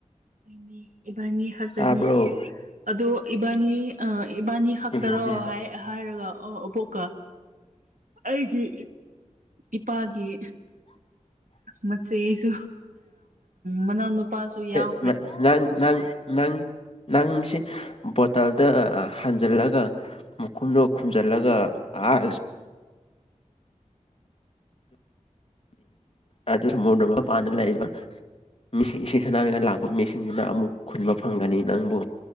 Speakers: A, on the right; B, on the left.
A: ꯍꯣꯏꯅꯦ ꯏꯕꯥꯅꯤ ꯈꯥꯛꯛꯇꯅꯤ
B: ꯇꯥꯕ꯭ꯔꯣ
A: ꯑꯗꯣ ꯏꯕꯥꯅꯤ ꯑꯥ ꯏꯕꯥꯅꯤ ꯈꯛꯇꯔꯣ
B: ꯉꯁꯤ
A: ꯍꯥꯏ ꯍꯥꯏꯔꯒ ꯑꯣ ꯑꯕꯣꯛꯀꯥ ꯑꯩꯒꯤ ꯏꯄꯥꯒꯤ ꯃꯦꯆꯦꯁꯨ ꯃꯅꯥꯎ ꯅꯨꯄꯥꯁꯨ ꯌꯥꯎ
B: <unintelligible> ꯅꯪ ꯅꯪ ꯅꯪ ꯅꯪꯁꯤ ꯕꯣꯇꯥꯜꯗ ꯍꯥꯟꯖꯜꯂꯒ ꯃꯈꯨꯝꯗꯣ ꯈꯨꯝꯖꯤꯜꯂꯒ ꯑꯥ ꯑꯗꯨ ꯑꯃ ꯄꯥꯅ ꯂꯩꯕ ꯃꯤꯁꯤꯡ ꯏꯁꯤꯡ ꯁꯥꯟꯅꯥꯔꯒ ꯂꯥꯛꯄ ꯃꯤꯁꯤꯡꯁꯤꯅ ꯑꯃꯨꯛ ꯈꯨꯟꯕ ꯐꯪꯒꯅꯤ ꯅꯪꯕꯨ